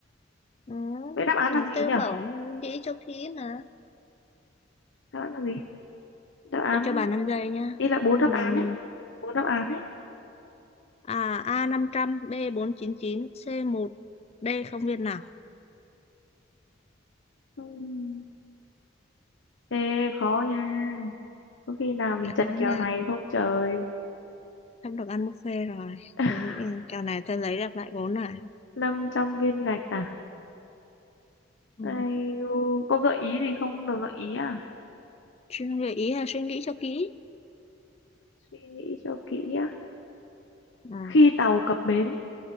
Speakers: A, on the left (about 35°); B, on the left (about 80°).
A: Ừ.
B: Vậy đáp án là gì
A: Tư
B: nhỉ?
A: bảo nghĩ cho kỹ mà
B: Đáp án là gì? Đáp án
A: tôi cho bà 5 giây nha
B: ý là bốn
A: năm
B: đáp án ấy, bốn đáp án ấy.
A: À, a năm trăm, b bốn chín chín, c một, D không viên nào.
B: Ừm, Ê khó nha. Có khi nào mình
A: Khó
B: chật kèo
A: nha,
B: này không trời?
A: sắp được ăn buffet rồi.
B: <laughs>
A: Tôi nghĩ kèo này tôi lấy được lại vốn này.
B: 500 viên gạch à?
A: Ừ.
B: Ai, u, có gợi ý gì không? Không Được gợi ý à?
A: Suy nghĩ ý là suy nghĩ cho kỹ.
B: Suy nghĩ cho kỹ á.
A: Ừ.
B: Khi tàu cập bến